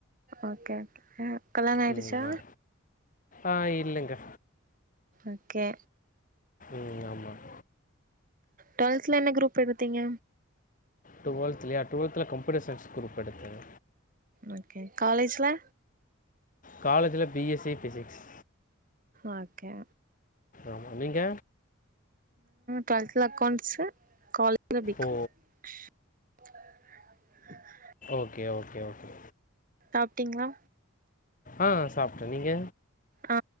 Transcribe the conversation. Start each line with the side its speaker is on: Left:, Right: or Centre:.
Right: ஓகே ஓகே கல்யாணம் ஆயிடுச்சா
Left: ம் ஆ ஆ இல்லைங்க
Right: ஓகே
Left: ம் ஆமாம்
Right: டூவல்துல என்ன குரூப் எடுத்தீங்க
Left: டுவெல்த் இல்லையா டூவல்த்ல கம்ப்யூட்டர் சயின்ஸ் குரூப் எடுத்தேன்
Right: ஓகே காலேஜ்ல
Left: காலேஜ்ல பிஎஸ்சி பிசிக்ஸ்
Right: ஓகே
Left: ஆமா நீங்க
Right: டுவல்த்தில அக்கௌண்ட்ஸ் காலே பறம் பி காம்
Left: ஓ
Right: <unintelligible>
Left: ஓகே ஓகே ஓகே
Right: சாப்பிட்டிங்களா
Left: ஆஹ சாப்பிட்டேன் நீங்க
Right: ஆ